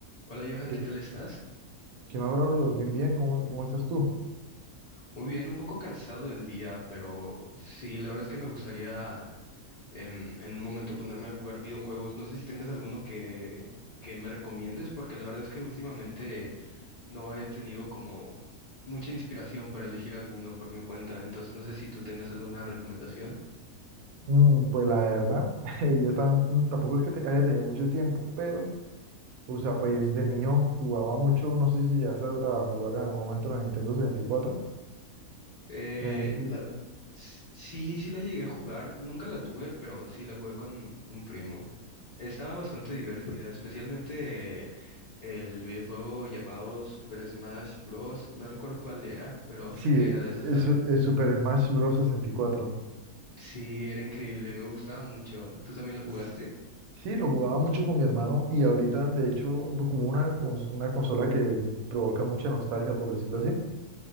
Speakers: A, on the left; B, on the right.
A: Hola Johan,
B: ¿Qué,
A: ¿qué tal estás?
B: qué más, Braulio? Bien, bien, ¿cómo, cómo estás tú?
A: Muy bien, un poco cansado del día, pero sí, la verdad es que me gustaría em, en un momento ponerme a jugar videojuegos. No sé si tengas alguno que, que me recomiendes, porque la verdad es que últimamente no he tenido como mucha inspiración para elegir alguno por mi cuenta, entonces no sé si tú tengas alguna recomendación.
B: Mm, pues la verdad, <laughs> yo también, mm, tampoco es que te- haya tenido mucho tiempo, pero, o sea, pues de niño jugaba mucho, no sé si llegaste a, a jugar en algún momento la Nintendo 64.
A: Eh,
B: La Ni- Ni-
A: la- s- sí, sí la llegué a jugar, nunca la tuve, pero sí la jugué con un primo. Estaba bastante divertida, especialmente el videojuego llamado Super Smash Bros. No recuerdo cuál era, pero
B: sí,
A: sé que era de esa
B: es,
A: saga.
B: es Super Smash Bros. 64.
A: Sí, era increíble, me gustaba mucho. ¿Tú también lo jugaste?
B: Es- sí, lo jugaba mucho con mi hermano y ahorita, de hecho, pues, como una, cons- una consola que provoca mucha nostalgia, por decirlo así,